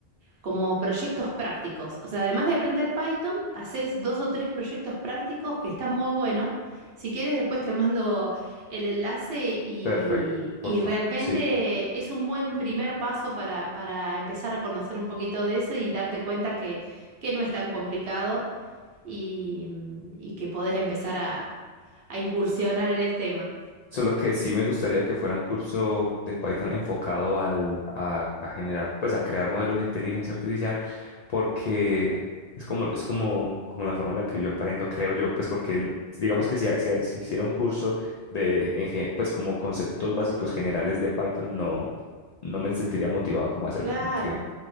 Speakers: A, on the right (about 60°); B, on the left (about 60°).
A: como proyectos prácticos. O sea, además de aprender Python, haces dos o tres proyectos prácticos que están muy buenos. Si quieres, después te mando el enlace y,
B: perfecto,
A: y
B: porfa.
A: realmente
B: Sí.
A: es un buen primer paso para, para empezar a conocer un poquito de eso y darte cuenta que, que no es tan complicado y, y que podés empezar a, a incursionar en el tema.
B: Solo que sí me gustaría que fuera un curso de Python enfocado al, a, a generar, pues a crear modelos de inteligencia artificial, porque es como, es como, como la forma en la que yo aprendo, creo yo, pues porque digamos que si, ha- si, ha- si hiciera un curso de, en gen- pues como conceptos básicos generales de Python, no, no me sentiría motivado como a hacerlo,
A: Claro.
B: como que,